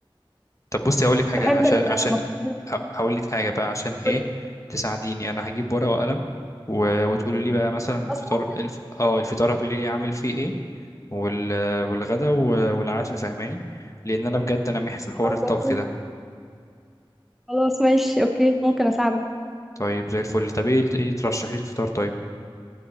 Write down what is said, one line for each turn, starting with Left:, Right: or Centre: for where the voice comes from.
Left: طب بصي هقول لك حاجة
Centre: بحب
Left: عشان
Centre: المكرونات
Left: عشان هقول لك حاجة بقى عشان
Centre: قولي
Left: ايه تساعديني انا هجيب ورقة وقلم و... وتقولي لي بقى مثلا الفطار
Centre: اصلا
Left: الف... اه الفطار هتقولي لي اعمل فيه ايه وال... والغدا و... والعشاء فاهماني لان انا بجد انا محي في حوار
Centre: خلاص
Left: الطبخ
Centre: اوكي
Left: ده
Centre: خلاص ماشي اوكي ممكن اساعدك
Left: طيب زي الفل طب ايه ايه ترشحي لي الفطار طيب